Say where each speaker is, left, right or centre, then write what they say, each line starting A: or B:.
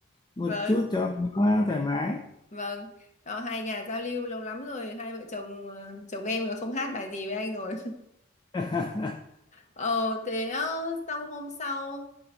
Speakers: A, on the left (about 25°); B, on the left (about 35°).
A: một
B: vâng
A: chút cho nó thoải mái.
B: vâng đó hai nhà giao lưu lâu lắm rồi hai vợ chồng ờ, chồng em là không hát bài gì với anh rồi
A: <laughs>
B: Ờ thế ờ, xong hôm sau